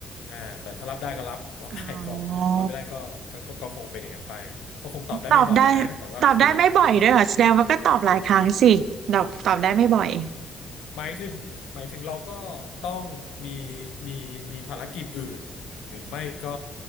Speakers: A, on the left (about 85°); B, on the right (about 70°).
A: อ่าแต่ถ้ารับได้ก็รับรับได้ก็รับไม่ได้ก็ก็ก็ก็คงเป็นอย่างนั้นไปก็คงตอบได้ไม่บ่อยอะนะแต่ว่าคุย
B: อ๋อ ตอบได้ตอบได้ไม่บ่อยด้วยเหรอแสดงว่าก็ตอบหลายครั้งสิตอบตอบได้ไม่บ่อย
A: หมายถึงหมายถึงเราก็ต้องมีมีมีภารกิจอื่นหรือไม่ก็